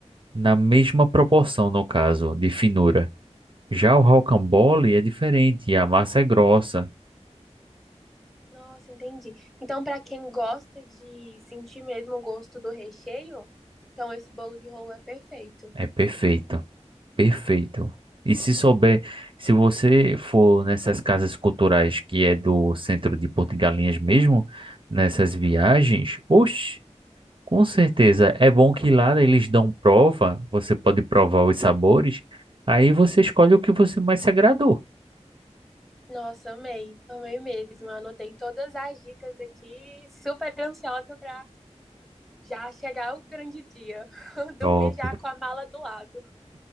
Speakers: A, on the right (about 45°); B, in the centre.
A: na mesma proporção, no caso, de finura. Já o rocambole é diferente, a massa é grossa,
B: Nossa, entendi. Então, para quem gosta de sentir mesmo o gosto do recheio, então esse bolo de rolo é perfeito.
A: é perfeito, perfeito. E se souber, se você for nessas casas culturais que é do centro de Porto de Galinhas mesmo, nessas viagens, oxe. Com certeza. É bom que lá eles dão prova, você pode provar os sabores, aí você escolhe o que você mais se agradou.
B: Nossa, amei, amei mesmo. Anotei todas as dicas aqui, super ansiosa para já chegar o grande dia. <laughs> Dormir
A: Top,
B: já com a mala do lado.